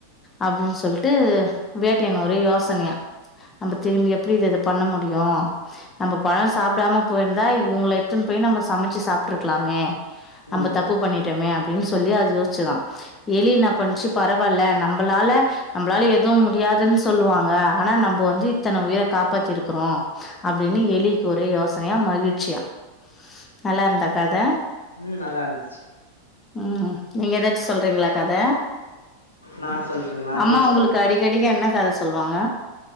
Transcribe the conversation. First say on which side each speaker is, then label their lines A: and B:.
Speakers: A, on the left; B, on the left.
A: அப்புடின்னு சொல்ட்டு வேட்டையன் ஒரே யோசனையா நம்ம திரும்பி எப்புடி இத இத பண்ண முடியு நம்ப பழம் சாப்புடாம போயிருந்தா இவங்கள எட்த்துன்னு போய் நம்ப சமைச்சு சாப்ட்ருக்கலாமே நம்ப
B: ம் ம்
A: தப்பு பண்ணிட்டோமே அப்புடின்னு சொல்லி அத் யோச்சுதா எலி இன்னா பண்ச்சு பரவால்ல நம்பளால நம்பளால எதுவும் முடியாதுன்னு சொல்லுவாங்க ஆனா நம்போ வந்து இத்தன உயிர காப்பாத்திருக்குறோ அப்டின்னு
B: ம்
A: எலிக்கு ஒரே யோஸ் னையா மகிழ்ச்சியா நல்லா இருந்தா கத
B: ம் நல்லா இருந்துச்சு
A: ம் நீங்க ஏதாச்சும் சொல்றீங்களா கத
B: நா சொல்ட்டுங்களா
A: ஆமா
B: சரி
A: உங்களுக்கு
B: சொல்ற
A: அடிக்கடிக்கு என்ன கத சொல்வாங்க